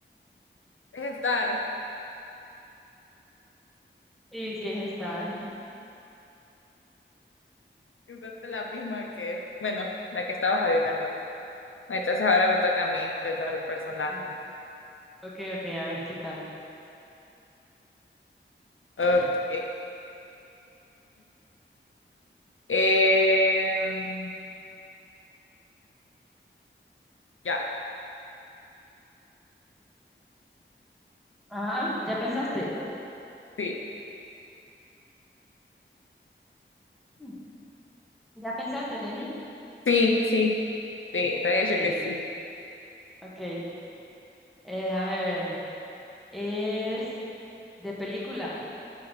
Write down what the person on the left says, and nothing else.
Es Star.
Exacto, la misma que. Bueno, la que estabas adivinando antes. Bueno, Entonces ahora me toca a mí pensar un personaje.
Ok. Em, ya.
Sí.
Sí, sí. Sí, te
he dicho que sí.